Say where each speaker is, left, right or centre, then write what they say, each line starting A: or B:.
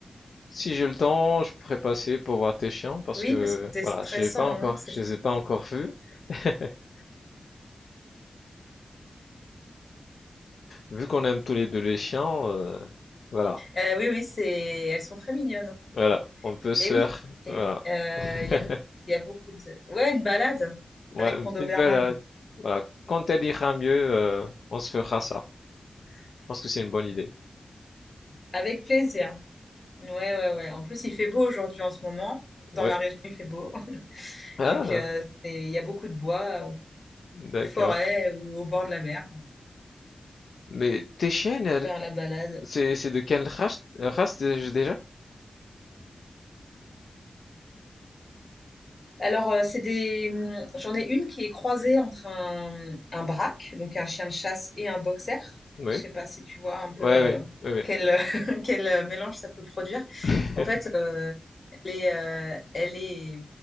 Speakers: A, on the left; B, on the left.
A: si j'ai le temps, je pourrais passer pour voir tes chiens parce
B: Oui,
A: que
B: parce que c'est
A: voilà,
B: stressant,
A: j'ai pas encore,
B: hein, c'est
A: je les ai pas encore vus. <laughs> Vu qu'on aime tous les deux les chiens, euh, voilà,
B: Euh, oui, oui, c'est, elles sont très mignonnes.
A: voilà, on peut se
B: Et
A: faire,
B: oui, et
A: voilà,
B: oui. Euh,
A: <laughs>
B: Il y a beaucoup, il y a beaucoup de. Ouais, une balade
A: ouais,
B: avec
A: une
B: ton
A: petite
B: Doberman.
A: balade. Voilà, quand elle ira mieux, euh, on se fera ça. Je pense que c'est une bonne idée.
B: Avec plaisir. Ouais, ouais, ouais. En plus, il fait beau aujourd'hui en ce moment. Dans
A: Ouais.
B: ma région, il fait beau. <laughs>
A: Ah,
B: Donc, euh, c'est- il y a beaucoup de bois, on peut-
A: d'accord.
B: forêt ou au bord de la mer.
A: Mais tes chiennes, elles-
B: Faire la balade.
A: c'est c'est de quelle race, race dé- déjà?
B: Alors, euh, c'est des. hum, J'en ai une qui est croisée entre un, un braque, donc un chien de chasse, et un boxer.
A: Oui.
B: Je sais pas si tu vois un peu
A: Ouais,
B: euh,
A: ouais, ouais, ouais.
B: quel, <laughs> quel euh, mélange ça peut produire.
A: <laughs>
B: En fait, euh, elle est, euh, elle est.